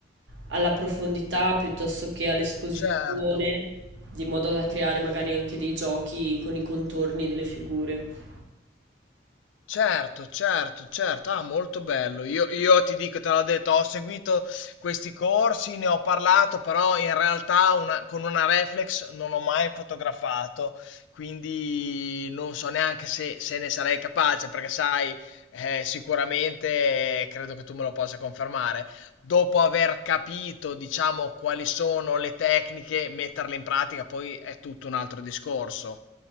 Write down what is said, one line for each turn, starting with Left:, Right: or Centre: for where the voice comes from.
Right: alla profondità piuttosto che all'esposizione,
Left: certo,
Right: di modo da creare magari anche dei giochi con i contorni delle figure.
Left: certo, certo, certo, ah, molto bello. Io, io ti dico, te l'ho detto, ho seguito questi corsi, ne ho parlato, però in realtà una- con una reflex non ho mai fotografato, quindi non so neanche se, se ne sarei capace, perché sai, eh, sicuramente eh, credo che tu me lo possa confermare. Dopo aver capito, diciamo, quali sono le tecniche, metterle in pratica, poi è tutto un altro discorso.